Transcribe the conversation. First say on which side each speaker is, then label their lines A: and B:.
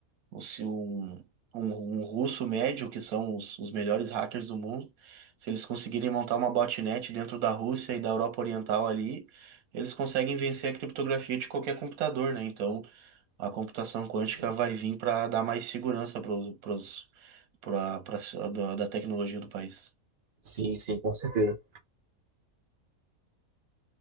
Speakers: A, on the right; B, on the right.
A: ou se um, um, um russo médio, que são os, os melhores hackers do mundo, se eles conseguirem montar uma botnet dentro da Rússia e da Europa Oriental ali, eles conseguem vencer a criptografia de qualquer computador, né? Então, a computação quântica
B: Sim,
A: vai vir para dar mais segurança para os para da da tecnologia do país.
B: sim, sim, com certeza.